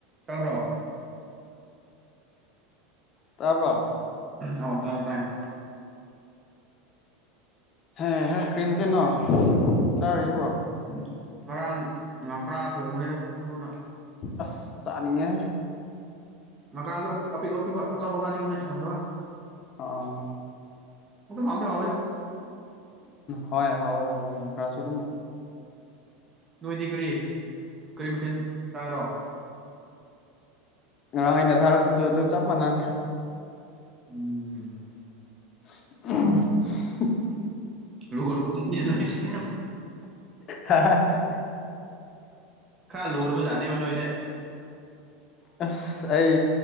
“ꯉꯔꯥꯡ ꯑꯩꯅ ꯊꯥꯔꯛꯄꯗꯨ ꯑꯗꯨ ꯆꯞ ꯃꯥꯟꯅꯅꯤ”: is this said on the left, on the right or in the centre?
Left